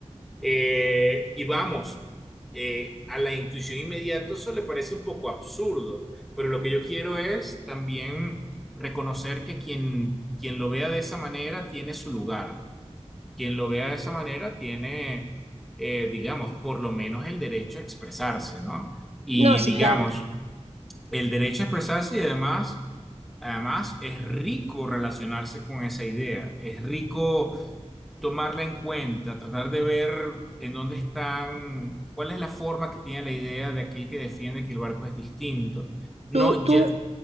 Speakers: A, in the centre; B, on the right.
A: Eh, y vamos, eh, a la intuición inmediata eso le parece un poco absurdo, pero lo que yo quiero es también reconocer que quien, quien lo vea de esa manera tiene su lugar, quien lo vea de esa manera tiene, eh, digamos, por lo menos el derecho a expresarse, ¿no? Y
B: no, sí,
A: digamos,
B: claro.
A: el derecho a expresarse y además, además es rico relacionarse con esa idea, es rico tomarla en cuenta, tratar de ver en dónde están, cuál es la forma que tiene la idea de aquel que defiende que el barco es distinto. No,
B: Tú, tú,
A: ya-